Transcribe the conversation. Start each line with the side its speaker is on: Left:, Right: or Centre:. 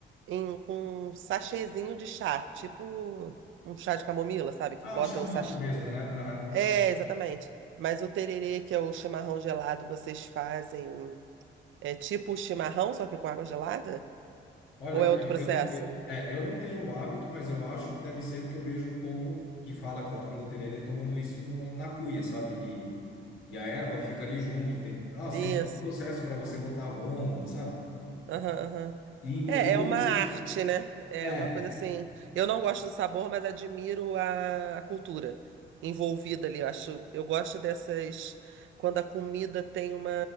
Right: em, com um sachêzinho de chá, tipo um chá de camomila, sabe? Que
Left: Ah,
Right: bota
Left: o chamate
Right: o sachê.
Left: mesmo, né? Aham.
Right: É, exatamente. Mas o tererê, que é o chimarrão gelado, vocês fazem é tipo o chimarrão, só que com água gelada?
Left: Olha,
Right: Ou é outro processo?
Left: eu, eu não, eu- é, eu não tenho o hábito, mas eu acho que deve ser porque eu vejo o povo que fala que tá tomando tererê tomando isso no- na cuia, sabe? E, e a erva fica ali junto. Tem, nossa,
Right: Isso.
Left: tem todo um processo para você botar a bomba, sabe?
Right: Aham, aham.
Left: E inclusive
Right: É, é uma
Left: você.
Right: arte, né? É
Left: É,
Right: uma coisa assim. Eu não gosto do sabor, mas admiro a, a cultura envolvida ali. Eu acho, eu gosto dessas quando a comida tem uma,